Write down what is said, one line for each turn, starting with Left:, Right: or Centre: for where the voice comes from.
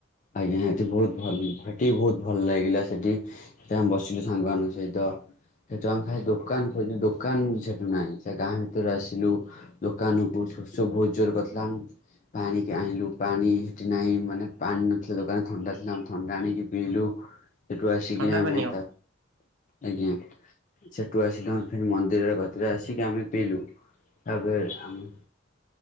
Left: ଆଜ୍ଞା ହେଠି ବହୁତ ଭଲ ହେଟି ବି ବହୁତ ଭଲ ଲାଗିଲା ସେଠି ସେ ଆମେ ବସିଲୁ ସାଙ୍ଗମାନାନଙ୍କ ସହିତ। ସେଠୁ ଆମେ ଖାଲି ଦୋକାନ ଖୋଜି ଦୋକାନ ସେଠୁ ନାହିଁ, ସେ ଗାଁ ଭିତରେ ଆସିଲୁ ଦୋକାନକୁ। ଶୋଷ ବହୁତ ଜୋର କରିଥିଲା। ପାଣିକି ଆଣିଲୁ ପାଣି ସେଠି ନାହିଁ ମାନେ ପାଣି ସେ ଦୋକାନରେ ଥଣ୍ଡା ଥିଲା ଆେ ଥଣ୍ଡା ଆଣିକି ପିଇଲୁ। ସେଠୁ ଆସିକି
Right: ଥଣ୍ଡା
Left: ଆମେ
Right: ପାନୀୟ ଆଜ୍ଞା
Left: ତା, ଆଜ୍ଞା ସେଠୁ ଆସିକି ଆମେ ଫେ ମନ୍ଦିର ତରେ ଆସିିକି ଆମେ ପିଲୁ। ତାପରେ ଆମେ